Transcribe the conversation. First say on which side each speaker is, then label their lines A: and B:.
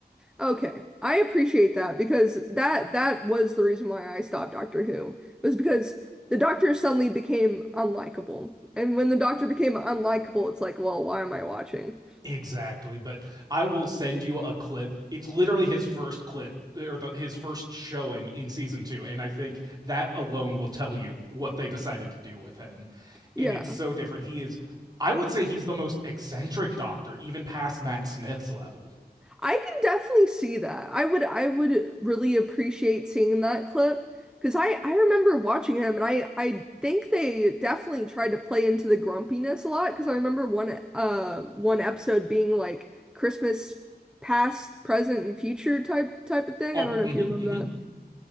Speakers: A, in the centre; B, on the right (about 25°).
A: Okay. I appreciate that because that that was the reason why I stopped Doctor Who was because the doctor suddenly became unlikable. And when the doctor became unlikable, it's like, well, why am I watching?
B: Exactly, but I will send you a clip. It's literally his first clip or the, his first showing in season 2 and I think that alone will tell you what they decided to do with him.
A: Yeah.
B: And it's so different. He is I would say he's the most eccentric doctor even past Matt Smith's level.
A: I can definitely see that. I would I would really appreciate seeing that clip because I I remember watching him and I I think they definitely tried to play into the grumpiness a lot because I remember one uh one episode being like Christmas past, present, and future type type of thing.
B: Oh,
A: I don't know
B: mm
A: if
B: mhm,
A: you remember
B: mm mhm.
A: that.